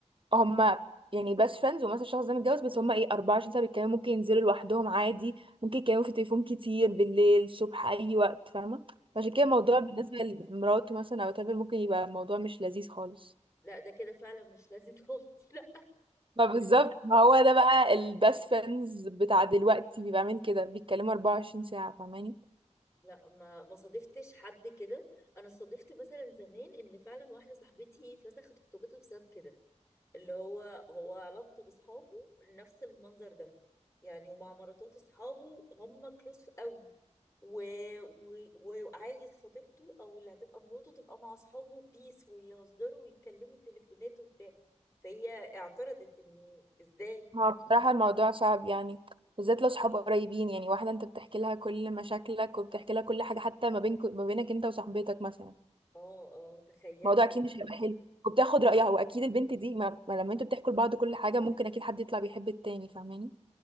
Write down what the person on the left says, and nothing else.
الله
لا ده كده فعلا مش لذيذ خالص لا
لا ما ما صادفتش حد كده انا صادفت مثلا زمان ان فعلا واحده صاحبتي فسخت خطوبتها بسبب كده اللي هو هو علاقته باصحابه نفس المنظر ده يعني ومع مراتات اصحابه هم كلوز قوي و... و... وعايز خطيبته او اللي هتبقى مراته تبقى مع اصحابه بيس ويهزروا ويتكلموا التليفونات وبتاع فهي اعترضت انه ازاي
اه اه تخيلي